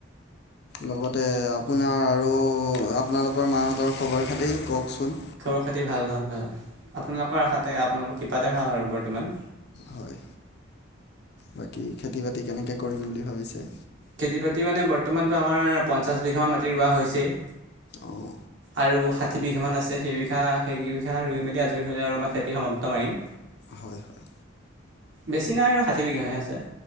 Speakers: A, on the left; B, on the right.
A: লগতে আপোনাৰ আৰু আপোনালোকৰ মাহঁতৰ খবৰ খাতি কওকচোন
B: খবৰ খাতি ভাল ভাল ভাল আপোনালোকৰ আশাতে আপোনালোকৰ কিবাতে ভাল আৰু বৰ্তমান
A: হয় বাকী খেতি বাতি কেনেকে কৰিম বুলি ভাবিছে
B: খেতি বাতি মানে বৰ্তমানটোো আমাৰ পঞ্চাছ বিঘাম মাটি ৰোৱা হৈছেই
A: অঁ
B: আৰু ষাঠি বিঘ মান আছে সেইবিঘা সেইবি বিঘা ৰুই মেলি আজৰি হ'লে আৰু আমাক খেতি সমাপ্ত মাৰিম
A: হয় হয়
B: বেছি নাই আৰু ষাঠি বিঘাহে আছে